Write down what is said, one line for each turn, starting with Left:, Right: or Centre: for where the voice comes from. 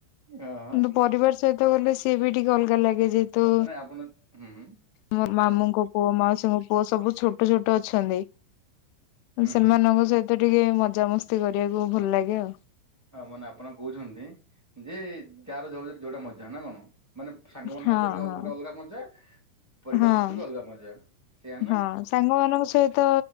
Centre: ହଁ ହଁ।
Left: କିନ୍ତୁ ପରିବାର ସହିତ ଗଲେ ସିଏ ବି ଟିକେ ଅଲଗା ଲାଗେ ଯେହେତୁ
Centre: ମାନେ ଆପଣ ହୁଁଁ
Left: ମୋ ମାମୁଁଙ୍କ ପୁଅ ମାଉସୀଙ୍କ ପୁଅ ସବୁ ଛୋଟ ଛୋଟ ଅଛନ୍ତି।
Centre: ହୁଁ
Left: ଉଁ ସେମାନଙ୍କ
Centre: ହୁଁ
Left: ସହିତ ଟିକେ ମଜାମସ୍ତି କରିବାକୁ ଭଲ ଲାଗେ ଆଉ।
Centre: ହଁ ମାନେ ଆପଣ କହୁଛନ୍ତି ଯେ ଯାର ଯଉତିରେ ଯୋଉଟା ମଜା ନା କଣ? ମାନେ ସାଙ୍ଗ ମାନଙ୍କ
Left: ହଁ
Centre: ସହିତ ବି
Left: ହଁ।
Centre: ଗୋଟେ ଅଲଗା ମଜା ପରିବାର
Left: ହଁ
Centre: ସହିତ ବି ଅଲଗା ମଜା। ସେଇଆ ନା
Left: ହଁ ସାଙ୍ଗ ମାନଙ୍କ ସହିତ